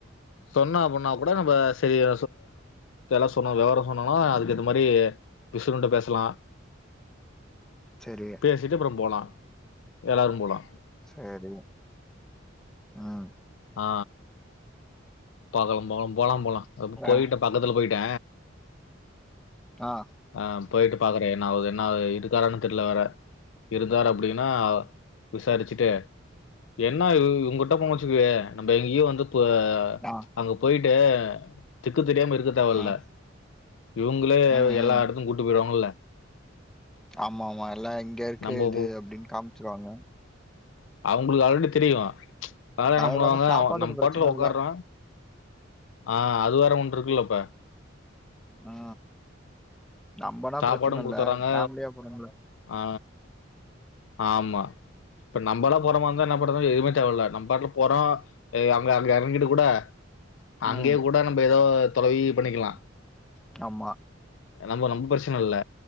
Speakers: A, on the left; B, in the centre.
A: சொன்ன அப்புன்னா கூட நம்ப செரி <unintelligible> எல்லா சொன்ன வெவரொ சொன்னனா அதுக்கு ஏத்த மரி விசுறுண்ட பேஸ்லா
B: செரி
A: பேசிட்டு அப்றொ போலா எல்லாரு போலா
B: சேரி ம்
A: ஆ பாக்கலம் போலம் போலாம் போலா அப் போயிட்ட
B: ஆ
A: பக்கத்துல பொய்ட்ட
B: ஆ
A: அ பொய்ட்டு பாக்குற என்னாவுது என்னாவு இருக்காரானு தெர்ல வேற இருந்தார் அப்புடினா விசாரிச்சிட்டு என்னா இவ் இவுங்குட்ட போங் வெச்சுக்குவே நம்ப எங்யு வந்து பு
B: ஆ
A: அங்க பொய்ட்டு திக்கு தெரியாம இருக்க தேவல்ல
B: ம்
A: இவுங்ளே
B: ம்
A: எல்லா
B: ம்
A: இடத்து கூட்டு பெய்ருவாங்குல்ல
B: ஆமா ஆமா எல்லா இங்க இர்க்க
A: நம்ம
B: இது அப்டின் காம்ச்சிருவாங்க
A: அவ்ங்ளுக் ஆழடி திரியு <unintelligible>
B: அது இல்லாம
A: அவ
B: சாப்பாட்டுக்கு
A: நம்
B: பிரச்சன
A: பாட்டுல ஒக்கார்ரா
B: இல்ல
A: ஆ அது வேற ஒன்ருக்குல்லப்ப
B: ஆ நம்பனா
A: சாப்பாடு
B: ப்ரச்சன
A: குடுத்துர்றாங்க
B: இல்ல ஃபேம்லியா போறோம்ல
A: ஆ ஆமா இப்ப நம்பலா போற மா இருந்தா என்ன பண்றது எதுமே தேவல்ல நம் பாட்ல போறோ எ அங்க அங்க எறங்கிடு கூட அங்யே
B: ம்
A: கூட நம்ப எதோ தொலவி பண்ணிக்கிலா
B: ஆமா
A: நம்ப நம்பு பரச்சினல்ல